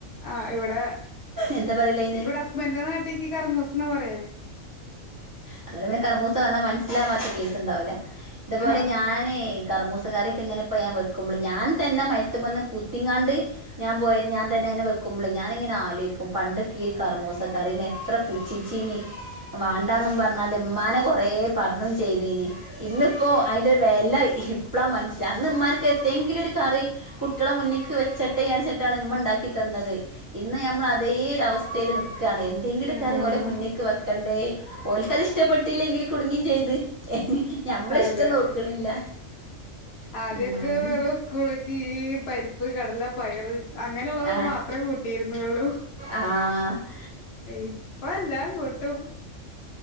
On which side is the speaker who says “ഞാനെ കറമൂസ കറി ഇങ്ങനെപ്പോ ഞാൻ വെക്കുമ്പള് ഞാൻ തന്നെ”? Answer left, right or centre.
Right